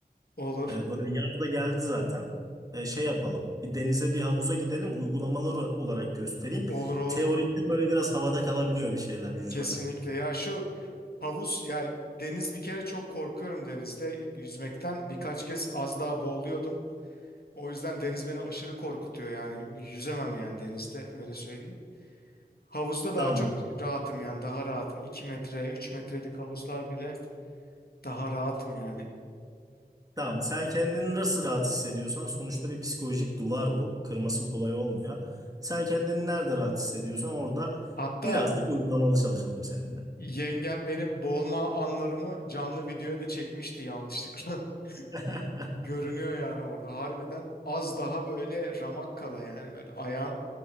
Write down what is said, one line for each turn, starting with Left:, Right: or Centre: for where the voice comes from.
Left: Olur.
Right: E, böyle yaz da geldi zaten. E, şey yapalım. Bir denize bir havuza gidelim. Uygulamalar olarak göstereyim.
Left: Olur olur.
Right: Teorikte böyle biraz havada kalabiliyor bir şeyler yüzmede.
Left: Kesinlikle. Ya şu havuz ya deniz bir kere çok korkuyorum denizde yüzmekten. Birkaç kez az daha boğuluyordum. O yüzden deniz beni aşırı korkutuyor yani yüzemem yani denizde öyle söyleyeyim. Havuzda daha
Right: Tamam.
Left: çok rahatım yani daha rahatım. 2 metre 3 metrelik havuzlar bile daha rahatım yani.
Right: Tamam, sen kendini nasıl rahat hissediyorsan sonuçta bir psikolojik duvar bu. Kırması kolay olmuyor. Sen kendini nerede rahat hissediyorsan orada
Left: Hatta
Right: birazcık uygulamalı çalışalım seninle.
Left: yengem benim boğulma anlarımı canlı videoya da çekmişti yanlışlıkla. <laughs>
Right: <laughs>
Left: Görünüyor yani orada harbiden az daha böyle ramak kala yani böyle ayağım